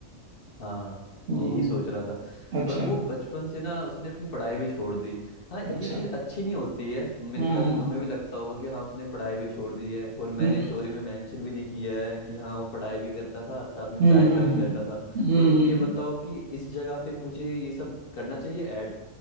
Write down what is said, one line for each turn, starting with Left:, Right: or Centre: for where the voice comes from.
Left: हाँ
Right: हम्म
Left: यही सोच रहा था
Right: अच्छा
Left: पर वो बचपन से ना उसने अपनी पढ़ाई भी छोड़ दी हाँ ये
Right: अच्छा
Left: चीज़ अच्छी नहीं होती है मेरे
Right: हम्म
Left: ख्याल से तुम्हें भी लगता होगा कि हाँ उसने पढ़ाई भी छोड़ दी है और मैंने
Right: हम्म
Left: स्टोरी में मेंशन भी नहीं किया है कि हाँ वो पढ़ाई भी करता था साथ में
Right: हम्म
Left: चाय का
Right: हम्म
Left: भी
Right: हम्म
Left: करता था
Right: हम्म हम्म,
Left: तो तुम
Right: हम्म।
Left: ये बताओ कि इस जगह पे मुझे ये सब करना चाहिए ऐड